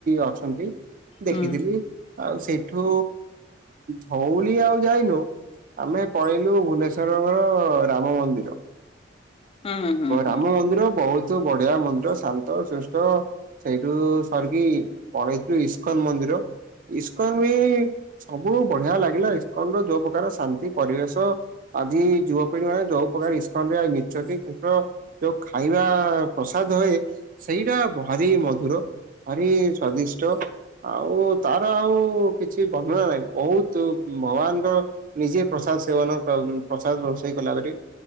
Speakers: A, on the right; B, on the left.
A: ଅଛନ୍ତି ଦେଖିଥିଲି।
B: ହୁଁ
A: ଆଉ ସେଇଠୁ ଧୋଉଳି ଆଉ ଯାଇନୁ ଆମେ ପଳେଇଲୁ ଭୁବନେଶ୍ଵର ର ରାମ ମନ୍ଦିର।
B: ହୁଁ ହୁଁ ହୁଁ।
A: ରାମ ମନ୍ଦିର ବହୁତୁ ବଢିଆ ମନ୍ଦିର, ଶାନ୍ତ, ଶିଷ୍ଟ ସେଇଠୁ ସରିକି ପଳେଇଥିଲୁ ଇସ୍କନ ମନ୍ଦିର। ଇସ୍କନ ବି ସବୁ ବଢିଆ ଲାଗିଲା। ଇସ୍କନ ର ଯୋଉ ପ୍ରକାର ଶାନ୍ତି ପରିବେଶ ଆଜି ଯୁବପିଢି ମାନେ ଯୋଉ ପ୍ରକାର ଇସ୍କନ ରେ <unintelligible> ର ଯୋଉ ଖାଇବା ପ୍ରସାଦ ହୁଏ, ସେଇଟା ଭାରି ମଧୁର। ଭାରି ସ୍ଵାଦିଷ୍ଟ। ଆଉ ତାର ଆଉ କିଛି ବର୍ଣ୍ଣନା ନାହିଁ। ବହୁତୁ ଭଗବାନଙ୍କର ନିଜେ ପ୍ରସାଦ ସେବନ ପ୍ରସାଦ ରୋଷେଇ କଲାପରି।